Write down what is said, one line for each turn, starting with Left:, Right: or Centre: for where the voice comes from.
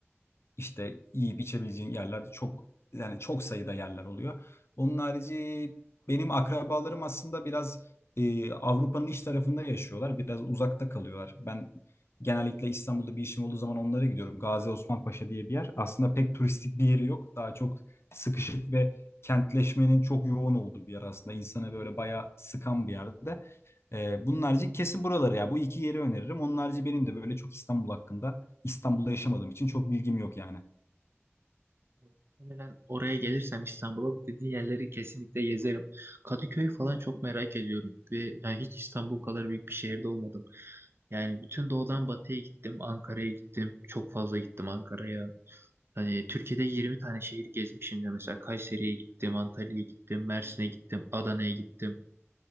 Left: İşte yiyip içebileceğin yerler çok yani çok sayıda yerler oluyor. Onun harici benim akrabalarım aslında biraz e, Avrupa'nın iç tarafında yaşıyorlar. Biraz uzakta kalıyorlar. Ben genellikle İstanbul'da bir işim olduğu zaman onlara gidiyorum. Gazi Osman Paşa diye bir yer. Aslında pek turistik bir yeri yok. Daha çok sıkışık ve kentleşmenin çok yoğun olduğu bir yer aslında. İnsanı böyle bayağı sıkan bir yerde. E, bunun harici kesin buraları ya. Bu iki yeri öneririm. Onun harici benim de böyle çok İstanbul hakkında İstanbul'da yaşamadığım için çok bilgim yok yani.
Right: Muhtemelen oraya gelirsem İstanbul'a bu dediğin yerleri kesinlikle gezerim. Kadıköy'ü falan çok merak ediyorum ve yani hiç İstanbul kadar büyük bir şehirde olmadım. Yani bütün doğudan batıya gittim, Ankara'ya gittim. Çok fazla gittim Ankara'ya. Hani Türkiye'de 20 tane şehir gezmişim de mesela Kayseri'ye gittim, Antalya'ya gittim, Mersin'e gittim, Adana'ya gittim.